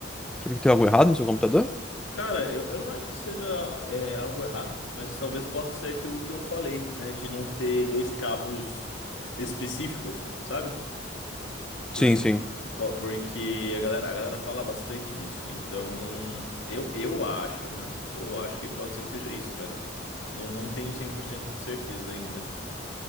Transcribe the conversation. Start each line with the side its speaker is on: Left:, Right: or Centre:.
Centre: Será que tem algo errado no seu computador?
Left: Cara, eu, eu não acho que seja é, algo errado, mas talvez possa ser aquilo que eu falei, né? De não ter dois cabos específicos, sabe? Porque,
Centre: Sim, sim.
Left: po- porque a galera, a galera fala bastante disso. Então, eu, eu acho, né? Eu acho que pode ser que seja isso, cara. Não, não tenho 100% de certeza ainda.